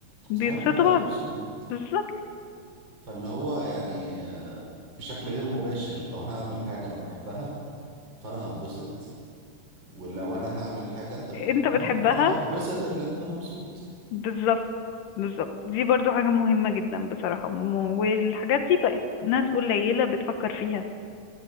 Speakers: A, on the left; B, on the right.
A: بيبسطوا
B: صاحبهم ده
A: بعض
B: مبسوط
A: بالظبط
B: فاللي هو يعني آه، بشكل غير مباشر لو انا هعمل حاجة انا بحبها فانا هتبسط ولو انا هعمل حاجة انت بتحبها
A: انت بتحبها
B: فانا هتبسط ان انت مبسوط
A: بالظبط بالظبط دي برضو حاجه مهمه جدا بصراحه م- والحاجات دي بقت ناس قليله بتفكر فيها